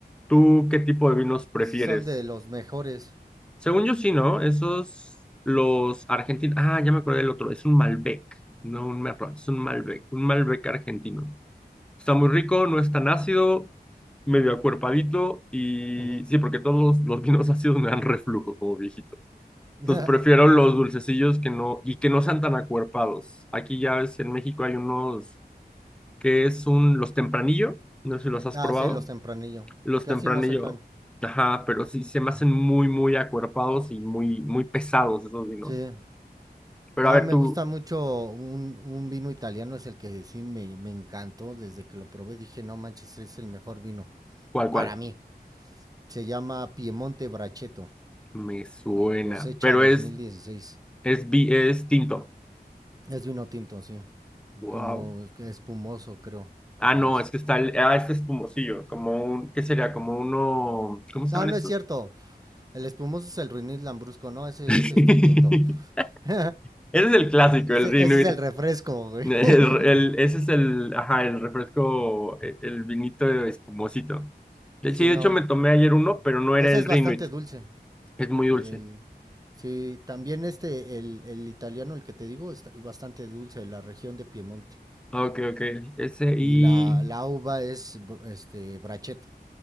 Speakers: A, in the centre; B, on the right.
A: ¿Tú qué tipo de vinos prefieres?
B: Pues sí, son de los mejores.
A: Según yo sí, ¿no? Esos, los argentinos. Ah, ya me acordé del otro. Es un Malbec, no un Merlot, es un Malbec, un Malbec argentino. Está muy rico, no es tan ácido medio acuerpadito y
B: Ujú.
A: sí, porque todos los, los vinos <laughs> ácidos me dan reflujo como viejito.
B: <laughs>
A: Entonces prefiero los dulcecillos que no, y que no sean tan acuerpados. Aquí ya ves, en México hay unos que es un, los tempranillo, no sé si los has
B: Ah,
A: probado,
B: sí, los tempranillo.
A: los
B: Casi
A: tempranillo,
B: no soy fan.
A: ajá, pero sí se me hacen muy, muy acuerpados y muy, muy pesados esos vinos.
B: Sí.
A: Pero
B: No,
A: a ver
B: me
A: tú,
B: gusta mucho un, un vino italiano, es el que sí me, me encantó. Desde que lo probé dije, no manches, es el mejor vino.
A: ¿cuál, cuál?
B: Para mí. Se llama Piemonte Brachetto,
A: Me suena,
B: cosecha
A: pero
B: 2016.
A: es, es, vi- es tinto.
B: Es vino tinto, sí.
A: Wow.
B: Como espumoso, creo. Por
A: Ah,
B: ahí
A: no,
B: así.
A: es que está el, ah, este espumosillo, como un, ¿qué sería? Como uno, ¿cómo se
B: No,
A: llaman
B: no
A: estos?
B: es cierto. El espumoso es el ruinil lambrusco, ¿no? Ese
A: <laughs> Ese
B: es este tinto. <laughs>
A: es el clásico,
B: Ese,
A: el
B: ese
A: Rinuit.
B: es el refresco, güey.
A: El-
B: <laughs>
A: el- ese es el, ajá, el refresco, e- el vinito espumosito. De
B: Sí,
A: hecho, sí, de
B: no.
A: hecho me tomé ayer uno, pero no era
B: Ese
A: el
B: es
A: Rinuit,
B: bastante dulce.
A: es muy dulce.
B: El, sí, también este, el, el italiano, el que te digo, está- es bastante dulce de la región de Piemonte.
A: Ah, Ok, ok, ese y,
B: Y la, la uva es bu- este bracheto.